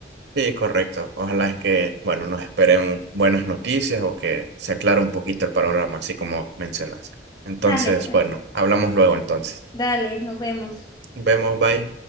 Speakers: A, on the right (about 80°); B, on the left (about 25°).
A: Sí, correcto. Ojalá es que, bueno, nos esperen buenas noticias o que se aclare un poquito el panorama, así como mencionas. Entonces,
B: Dale, pues,
A: bueno, hablamos luego entonces.
B: dale, nos vemos.
A: Vemos, bye.